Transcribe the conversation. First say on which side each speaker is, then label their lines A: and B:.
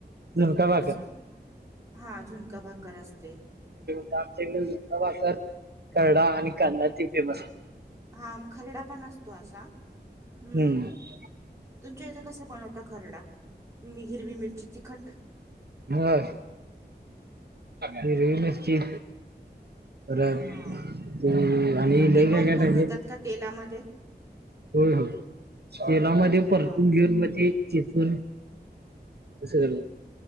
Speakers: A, on the right; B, on the right.
A: झुणका भाकर
B: असं हा झुणका भाकर असते.
A: आमच्याकडे झुणका भाकर, खर्डा आणि कांदा ते फेमसय.
B: हा खरडा पण असतो असा, हम
A: हम्म
B: तुमच्या ह्याज्या कसा बनवता खरडा? हिरवी मिरची, तीखट
A: होय, हिरवी मिरची परत
B: हा
A: आणि
B: पण ती
A: लय
B: परतून
A: काय काय टाकत्यात.
B: घेतात का तेलामध्ये?
A: होय, होय. तेलामध्ये
B: हा
A: परतून घेऊन म ते चेचून कसं केलं?